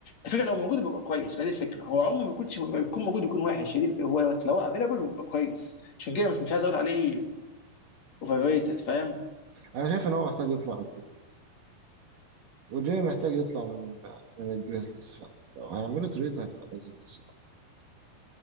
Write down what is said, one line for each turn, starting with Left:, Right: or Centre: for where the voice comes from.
Left: الفكره لو موجود بيبقى كويس ما هي دي الفكره هو عمره ما يكونش ما يكون موجود يكون وحش هي دي الف- هو لو افيلبل بيبقى كويس عشان كده مش مش عايز اقول عليه اوفر ريتد فاهم
Right: انا شايف ان هو محتاج يطلع من كده وجاي محتاج يطلع من ال... من الجريزليز فلو هيعملوا تريد هتبقى لذيذة الصراحة